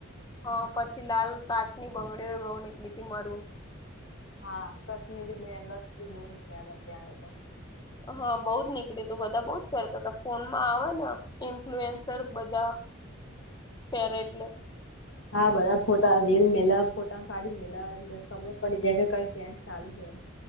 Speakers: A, on the left (about 20°); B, on the left (about 65°).
A: હ પછી લાલ કાચની બંગડીઓ બહુ નીકળી તી મરુંન.
B: હા કશ્મીરી બેંગલ્સ બી બહુ નિકળ્યા તા ત્યારે તો
A: હા બઉુ જ નીકળીયું તું બધા બઉ જ પેરતા હતા ફોન માં આવે ન ઇન્ફ્લુએન્સર બધા પેરે એટલે
B: હા બધા ફોટા રીલ મેલા ફોટા પાડી મેલા એટલે ખબર પડી જાય કે કયુ ટ્રેન્ડ ચાલુ છ.